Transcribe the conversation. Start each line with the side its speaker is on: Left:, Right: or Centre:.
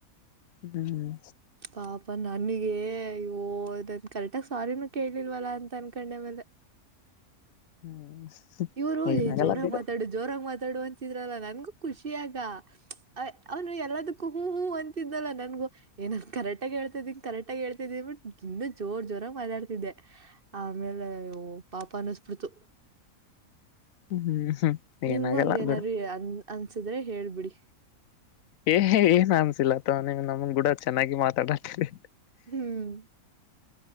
Left: ಹ್ಮ್
Right: ಪಾಪ ನನಗ ಇೋ ಅದನ್ ಕರೆಟಗ ಸಾರಿನೂ ಕೇಳಲಿಲ್ವಲ್ಲ ಅಂತ ಅನ್ಕೊಂಡೆ ಮೇಲೆ
Left: ಹ್ಮ್
Right: ಇವರು
Left: ಏನಾಗಲ್ಲ
Right: ಏ ಜೋರಾಗ
Left: ಬಿಡು
Right: ಮಾತಾಡು ಜೋರಾಗ ಮಾತಾಡುುವ ಅಂತ ಅಿದ್ರಲ್ಲ ನನ್ಗು ಖುಷಿಿಯಗ ಅ ಅವ್ನು ಎಲ್ಲದಕ್ಕೂ ಹೂ ಹೂ ಅಂತಿದ್ದಲ್ಲ ನನ್ಗೂ. ಏನಂದ್ ಕರೆಕ್ಟ ಆಗ ಹೇಳ್ತಾ ಇದೀಿ ಕರೆಕ್ಟ ಆಗ ಹೇಳ್ತ ಇದಿದಿನಿಟ್ ಇನ್ನ ಜೋರ್ ಜೋರಗ್ ಮಾತಾಡ್ತಿದ್ದೆ ಆಮೇಲೆ ಪಾಪ ಅನ್ನಿಸಬಿಡ್ತು.
Left: ಹ್ಮ್ ಹ್ಮ್
Right: ನಿಮ್ಗೂ
Left: ಏನಾಗಲ್ಲ
Right: ಹಂಗೇನಾದರು
Left: ಬಿಡು
Right: ಅನ್ ಅನ್ಸಿದ್ರೆ ಹೇಳ್ಬಿಡಿ
Left: ಏ ಏನ್ ಅನ್ಸಿಲ್ಲತ್ತ ನಿ ನಮನ್ ಕೂಡ ಚೆನ್ನಾಗಿ ಮಾತಾಡಾಡ್ತರಿ
Right: ಹ್ಮ್